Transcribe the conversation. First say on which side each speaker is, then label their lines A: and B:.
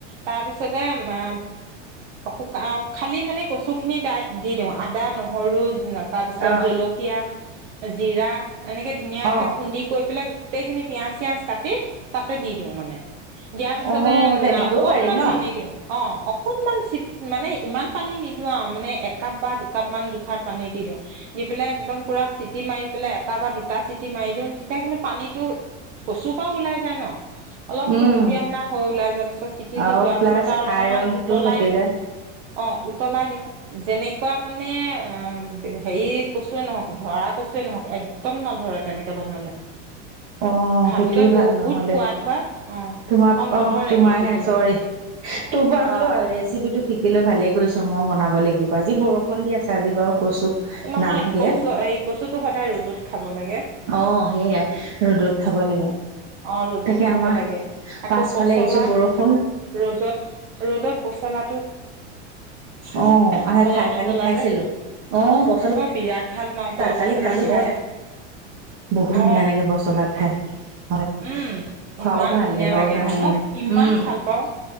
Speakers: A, on the right; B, on the right.
A: তাৰপিছতে, মা শুকা, খালি মানে কচুখিনি তাত দি দিওঁ। আদা, নহৰু তাৰপিছত
B: অ
A: জলকীয়া জিৰা। এনেকে ধুনীয়াকে
B: অ
A: খুন্দি কৰি পেলাই গোটেইখিনি পিয়াজ চিয়াজ কাটি তাতে দি দিওঁ মানে। দিয়াৰ পিছতে
B: অ তেনেকেও
A: ম অকনমান
B: পাৰি ন
A: পানী দিওঁ অ', অকণমান চি মানে ইমান পানী নিদিওঁ আৰু মানে একাপ বা দুকাপ মান জোখাত পানী দি দিওঁ। দি পেলাই একদম পুৰা চিটি মাৰি পেলাই এটা বা দুটা চিটি মাৰি দিওঁ তেতিয়া কিন্তু পানীটো কচুৰ পৰাও ওলাই যায় ন'। অলপ
B: উম
A: থুপথুপীয়া সিনা হৈ ওলাই যোৱাৰ পিছত চিটিটো
B: আৰু
A: যোৱাৰ
B: প্লাছ
A: পিছত আৰু অকমান
B: আইৰনটো
A: উতলাই
B: থাকি
A: দিওঁ
B: যায়
A: অ', উতলাই দিওঁ। যেনেকুৱা মানে অ' হেৰি কচুৱে নহওঁক, ধৰা কচুৱে নহওঁক একদম নধৰে তেনেকে বনালে।
B: অ',
A: খাবলৈ
B: সেইটোৱে ভাল
A: বহুত
B: নহ'লে
A: সোৱাদ হয় অ
B: তোমাৰ
A: আৰু নধৰে
B: অ', তোমাৰ
A: কচুটো
B: হে চ'ৰি তোৰ পৰা
A: অ
B: বোলো ৰেচিপি টো শিকিলৈ ভালে কৰিছোঁ মই বনাব লাগিব আজি বৰষুণ দি আছে। আজি বাৰু কচু
A: নহয়
B: নানোগে
A: এইটো কচু হেৰি কচু টো সদায় ৰ'দত খাব লাগে
B: অ', সেইয়া ৰ'দত খাব লাগে।
A: অ', ৰ'দত
B: তাকে
A: খাব
B: আমাৰ
A: লাগে আকৌ
B: পাছফালে
A: পচলা
B: আহিছো বৰষুণ
A: ৰ'দত, ৰ'দত পচলাত
B: অ',
A: কলৰ
B: খাই,
A: পচলা
B: কালি খাইছিলো।
A: যে
B: অ, পচলা,
A: মই বিৰাট ভাল পাওঁ কল
B: <unintelligible> কালি
A: পচলা
B: খালো,
A: খাই
B: বহুত ধুনীয়া
A: অ
B: লাগে পচলা খাই। হয়
A: উম,
B: খোৱাও
A: ইমান
B: ভাল
A: ধুনীয়া
B: দেহৰ
A: লাগে
B: কাৰণেও
A: নহয়, মই কিমান
B: উম
A: ভাল পাওঁ।